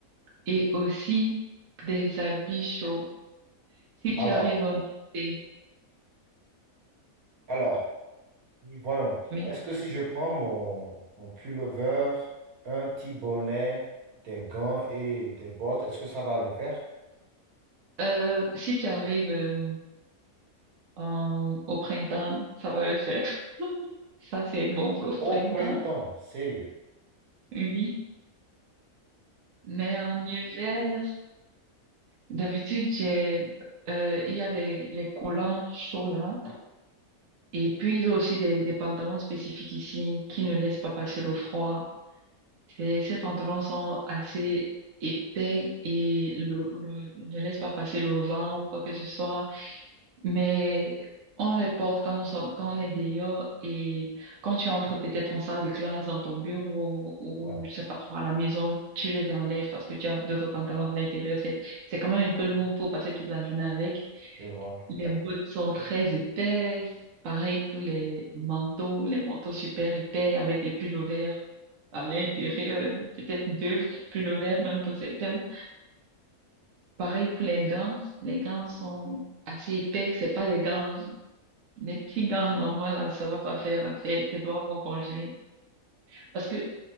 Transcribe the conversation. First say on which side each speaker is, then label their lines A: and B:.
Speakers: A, on the right; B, on the right.
A: Et aussi des habits chauds. Si tu
B: Alors,
A: arrives en été,
B: alors, voyons.
A: oui.
B: Est-ce que si je prends mon, mon pullover, un petit bonnet, des gants et des bottes, est-ce que ça va le faire?
A: Euh, si tu arrives euh, en- au printemps, ça va le faire. Ça, c'est bon pour le
B: Au
A: printemps,
B: printemps, sérieux.
A: oui. Mais en hiver, D'habitude, j'ai, euh, il y a des les collants chauds là. Et puis, ils ont aussi des, des pantalons spécifiques ici qui ne laissent pas passer le froid. Ces, ces pantalons sont assez épais et le, le- ne laissent pas passer le vent ou quoi que ce soit. Mais on les porte quand, on sort quand on est dehors et quand tu entres peut-être en salle de classe, dans ton bureau ou
B: Ouais,
A: je sais pas trop à la maison, tu les enlèves parce que tu as d'autres pantalons à l'intérieur. C'est, c'est quand même un peu lourd pour passer toute la journée avec.
B: je vois.
A: Les bottes sont très épaisses. Pareil pour les manteaux, les manteaux super épais avec des pullovers à l'intérieur, peut-être deux pullovers même pour certaines. Pareil pour les gants. Les gants sont assez épais. C'est pas des gants, les petits gants normaux là, ça va pas faire l'affaire. Tes doigts vont congeler. Parce que